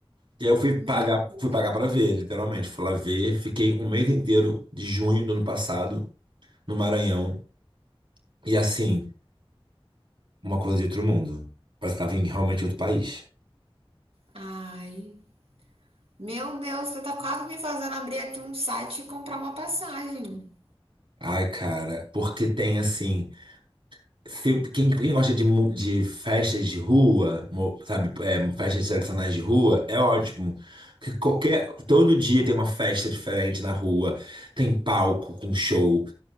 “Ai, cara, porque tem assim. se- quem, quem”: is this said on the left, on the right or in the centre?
Right